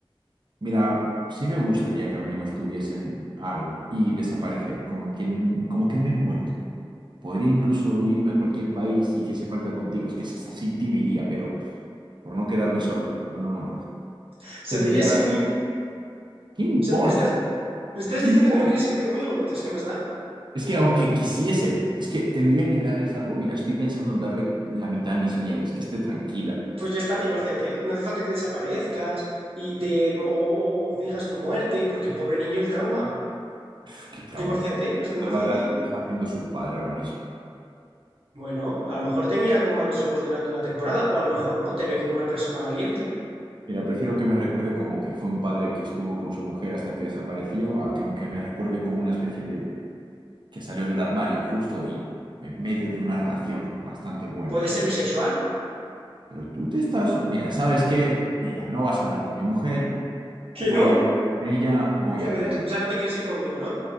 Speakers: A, on the right; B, on the right.
A: Mira, sí me gustaría que al menos tuviesen algo y desaparecer, como que, n- como que me he muerto. Podría incluso irme a cualquier país si hiciese falta contigo, es que hasta sin ti me iría, pero por no quedarme solo. Ah,
B: O sea,
A: tendría...
B: te irías sin mí. O
A: ¿Qué importa?
B: sea, ¿me estás, me estás
A: ¿Qué
B: diciendo
A: importa?
B: que no quieres irte conmigo? Entonces, ¿qué más da?
A: Es que aunque quisiese, es que tendría que darles algo. Mira, estoy pensando en darle la mitad de mis bienes, que esté tranquila.
B: Pues ya está, divórciate. No hace falta que desaparezcas y te o, o- o finjas tu muerte, porque el pobre niño el trauma.
A: Uf, qué trauma.
B: Divórciate, no es
A: No
B: tan difícil.
A: Le va a dar lo que está haciendo su padre ahora mismo.
B: Bueno, a lo mejor te mira con malos ojos durante una temporada, o a lo mejor no, te ve como una persona valiente.
A: Mira, prefiero que me recuerde como que fue un padre que estuvo con su mujer hasta que desapareció, a que me, que me recuerde como una especie de que salió del armario justo y en medio de una relación bastante buena.
B: Puede ser bisexual.
A: Pero tú te estás... Mira, ¿sabes qué? Mira, no vas a hablar con mi mujer,
B: ¿Que
A: voy
B: no?
A: a hablar con ella, voy
B: Ya
A: a
B: verás.
A: pedir,
B: O
A: el
B: sea, no te quieres
A: divorcio,
B: ir conmigo, ¿no?